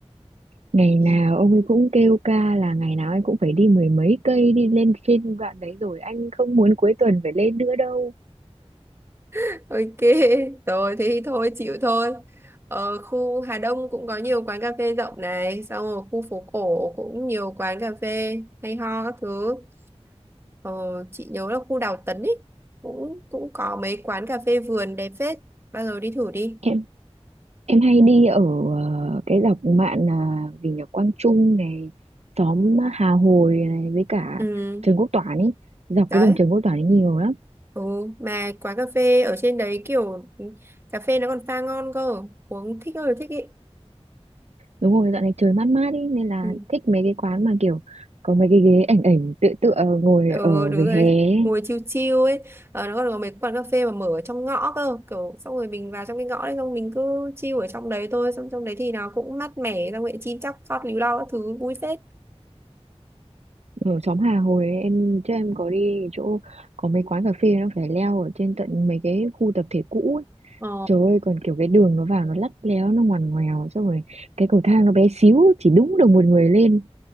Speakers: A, on the right; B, on the right.
A: Ngày
B: thì
A: nào ông ấy cũng kêu ca là ngày nào anh cũng phải đi mười mấy cây đi lên trên đoạn đấy rồi anh không muốn cuối tuần phải lên nữa đâu.
B: <laughs> Ok, rồi thế thì thôi chịu thôi. Ở khu Hà Đông cũng có nhiều quán cà phê rộng này, xong rồi khu phố cổ cũng nhiều quán cà phê hay ho các thứ. Ờ, chị nhớ là khu Đào Tấn ấy cũng cũng có mấy quán cà phê vườn đẹp phết, bao giờ đi thử đi.
A: em Em hay đi ở ờ, cái dọc mạn là vì nhà Quang Trung này, xóm Hà Hồi này với cả
B: Ừ,
A: Trần Quốc Toản ấy, dọc
B: đấy.
A: cái đường Trần Quốc Toản ấy nhiều lắm.
B: Ừ, mà quán cà phê ở trên đấy kiểu cà phê nó còn pha ngon cơ, uống thích ơi là thích ý.
A: Đúng rồi, dạo này trời mát mát ấy nên là
B: Ừ,
A: thích mấy cái quán mà kiểu có mấy cái ghế ảnh ảnh tựa tựa ngồi
B: ừ
A: ở
B: đúng
A: vỉa
B: rồi,
A: hè
B: đấy.
A: ấy.
B: ngồi chill chill ấy, ờ, nó còn có mấy quán cà phê mà mở ở trong ngõ cơ, kiểu xong rồi mình vào trong cái ngõ đấy xong mình cứ chill ở trong đấy thôi, xong trong đấy thì nó cũng mát mẻ, xong rồi chim chóc hót líu lo các thứ vui phết.
A: Ở xóm Hà Hồi ấy, em chứ em có đi cái chỗ có mấy quán cà phê nó phải leo ở trên tận mấy cái khu tập thể cũ ấy.
B: Ờ,
A: Trời ơi, còn kiểu cái đường nó vào nó lắt léo nó ngoằn ngoèo xong rồi cái cầu thang nó bé xíu chỉ đúng được một người lên